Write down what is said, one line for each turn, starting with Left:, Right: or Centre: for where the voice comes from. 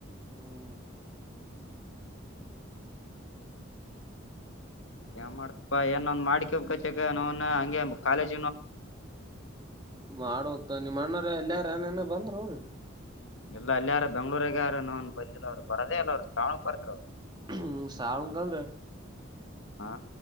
Right: ಹ್ಮ್
Left: ಏನ್ ಮಾಡ್ತಪಾ ಏನೊಂದ್ ಮಾಡ್ಿಕ ಕಚಕ ನಾವನ್ ಹಂಗೆ ಕಾಲೇಜ್
Right: ಮಾಡ ಹೋಗ್ತ ನಿಮ್ಮ ಅಣ್ಣ್ರ ಎಲ್ಲಯಾರ ಏನನ ಬಂದ್ರ ಅವ್ರಿ
Left: ಎಲ್ಲ ಅಲ್ಲಿಯಾರ ಬೆಂಗಗಳೂರಗ ಯಾರ ನನ್ ಬಂದಿಲ್ಲ ಅವರು ಬರದೇ ಅಲ್ಲ ಅವ್ರು ಶಾಣಕ್ ಬರ್ತ ಅವ್
Right: ಹ್ಮ ಸಾವಕಂದ್ರ
Left: ಹಾ